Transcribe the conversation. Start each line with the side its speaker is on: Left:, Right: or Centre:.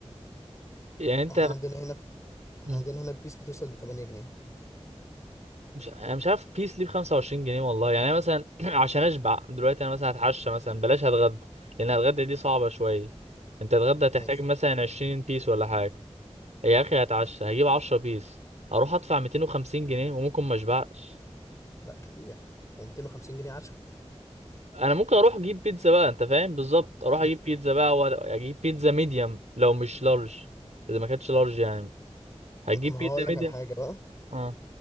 Right: يعني
Left: احنا عندنا هنا احنا
Right: انت
Left: عندنا هنا البيس بتوصل ل 8 جنيه
Right: مش انا مش عارف بيس ليه ب 25 جنيه والله يعني انا مثلا <clears throat> عشان اشبع دلوقتي انا مثلا هتعشى مثلا بلاش هتغدى لان هتغدى دي صعبة شوية انت تتغدى هتحتاج
Left: ماشي
Right: مثلا 20 بيس ولا حاجة يا اخي هتعشى هجيب 10 بيس اروح ادفع 250 جنيه وممكن ما اشبعش
Left: لا كتير هو 250 جنيه عشاء
Right: انا ممكن اروح اجيب بيتزا بقى انت فاهم بالظبط اروح
Left: مم.
Right: اجيب بيتزا بقى واجيب بيتزا ميديوم لو مش لارج اذا ما كانتش لارج يعني هتجيب
Left: ما
Right: بيتزا
Left: هقول لك
Right: ميديوم
Left: على حاجة بقى
Right: اه